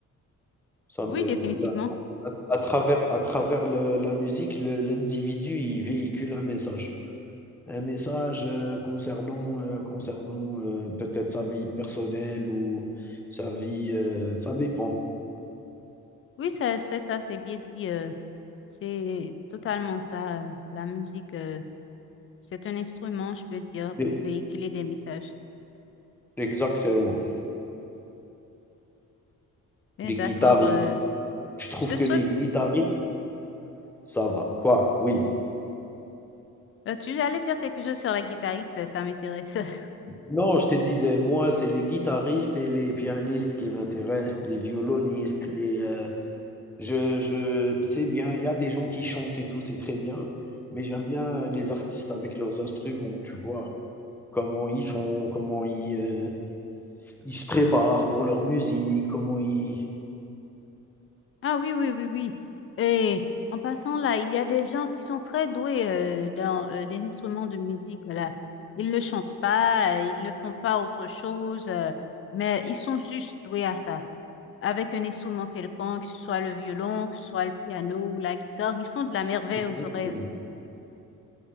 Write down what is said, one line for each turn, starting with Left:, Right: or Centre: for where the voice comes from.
Centre: Ça me
Left: Oui, définitivement.
Centre: À à travers à travers le la musique, le l'individu, il véhicule un message. Un message, heu, concernant, heu, concernant, heu, peut-être sa vie personnelle ou sa vie, heu, ça dépend.
Left: Oui, c'est c'est ça, c'est bien dit. euh, c'est totalement ça. euh, la musique, euh, c'est un instrument, je peux dire,
Centre: Mais
Left: pour véhiculer des messages.
Centre: exactement,
Left: Mais
Centre: les
Left: d'accord.
Centre: guitaristes.
Left: euh,
Centre: Je trouve
Left: je te
Centre: que
Left: souhaite.
Centre: les guitaristes ça va. Quoi? Oui.
Left: euh, tu allais dire quelque chose sur la guitariste, ça ça m'intéresse. <laughs>
Centre: Non, je t'ai dit les moi, c'est les guitaristes et les pianistes qui m'intéressent, les violonistes, les, heu Je je c'est bien, il y a des gens qui chantent et tout, c'est très bien, mais j'aime bien, les artistes avec leurs instruments, tu vois? Comment ils font, comment ils, heu, ils se préparent pour leur musique, comment ils
Left: Ah oui, oui, oui, oui. Et en passant là, il y a des gens qui sont très doués euh, dans euh, les instruments de musique. Là. Ils ne chantent pas, euh, ils ne font pas autre chose, euh, mais ils sont juste doués à ça. avec un instrument quelconque, que ce soit le violon, que ce soit le piano ou la guitare, ils font de la merveille
Centre: Exactement,
Left: aux oreilles aussi.